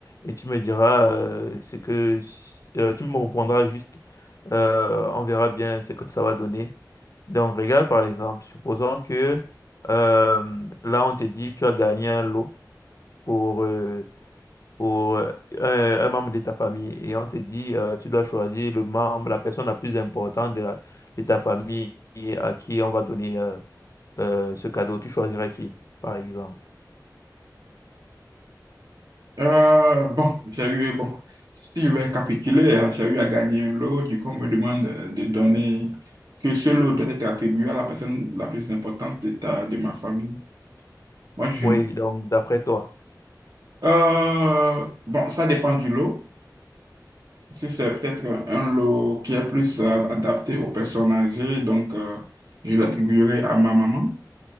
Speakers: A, on the left; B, on the right.
A: et tu me diras euh, ce que, euh, tu me répondras juste, euh, on verra bien ce que ça va donner. Donc, regarde par exemple, supposons que euh, là, on te dit tu as gagné un lot pour, euh, pour euh, un, un membre de ta famille et on te dit euh, tu dois choisir le membre, la personne la plus importante de, la- de ta famille et à qui on va donner euh, euh, ce cadeau. Tu choisirais qui, par exemple?
B: Euh, bon, j'ai eu, bon, si je vais récapituler, euh, j'ai eu à gagner un lot, du coup, on me demande euh, de donner, que ce lot doit être attribué à la personne la plus importante de ta, de ma famille. Moi, je...
A: Oui, donc d'après toi.
B: Euh, bon, ça dépend du lot. Si c'est peut-être un lot qui est plus euh, adapté aux personnes âgées, donc euh, je l'attribuerai à ma maman.